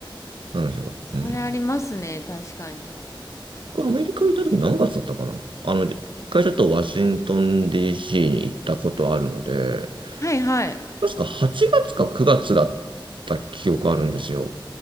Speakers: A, on the right; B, on the left.
A: なんでしょう。
B: それありますね、
A: うん。
B: 確かに。
A: 僕、アメリカ行った時何月だったかなあの、一回ちょっとワシントン DC に行ったことあるので、
B: はいはい。
A: 確か8月か9月だった記憶あるんですよ。